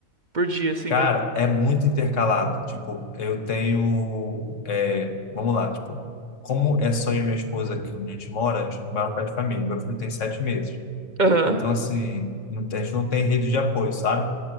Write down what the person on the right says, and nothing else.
Por dia, assim,
mas.
Aham,